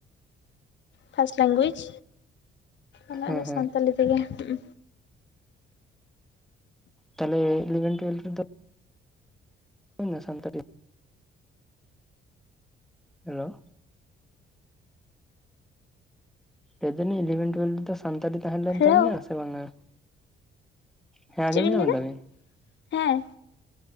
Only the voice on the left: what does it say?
ᱯᱷᱟᱥᱴ ᱞᱮᱝᱜᱩᱭᱮᱡᱽ ᱚᱱᱟᱫᱚ
ᱥᱟᱱᱛᱟᱞᱤ ᱛᱮᱜᱮ ᱦᱩᱸ
ᱦᱮᱞᱳ
ᱪᱮᱫ ᱵᱤᱱ
ᱞᱟᱹᱭᱫᱟ
ᱦᱮᱸ